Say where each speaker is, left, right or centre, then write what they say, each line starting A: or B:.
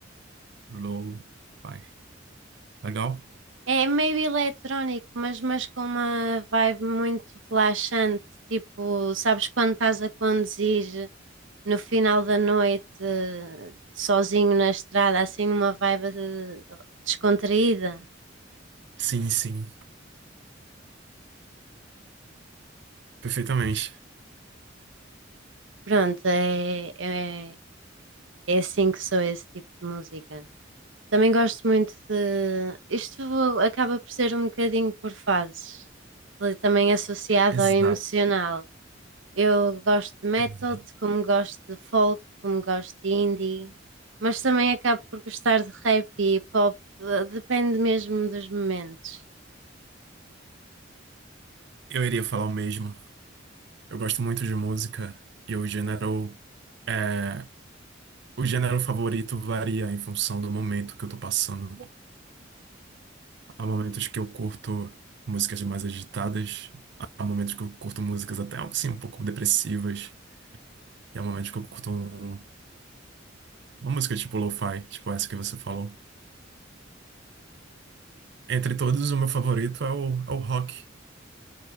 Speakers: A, on the right (about 65°); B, on the right (about 85°).
A: Low, fi Legal?
B: É meio eletrónico, mas, mas com uma vibe muito relaxante. Tipo, sabes quando estás a conduzir no final da noite, eh, sozinho na estrada, assim uma vibe eh, descontraída.
A: Sim, sim, perfeitamente.
B: Pronto, é, é, é assim que sou esse tipo de música. Também gosto muito de. Isto acaba por ser um bocadinho por fases, também associado
A: Exato,
B: ao emocional. Eu gosto de metal,
A: exato.
B: como gosto de folk, como gosto de indie, mas também acabo por gostar de rap e pop, eh, depende mesmo dos momentos.
A: Eu iria falar o mesmo. Eu gosto muito de música e o gênero é, o gênero favorito varia em função do momento que eu tô passando. Há momentos que eu curto músicas mais agitadas, há momentos que eu curto músicas até assim um pouco depressivas, e há momentos que eu curto um- uma música tipo lo-fi, tipo essa que você falou. Entre todos, o meu favorito é o, é o rock.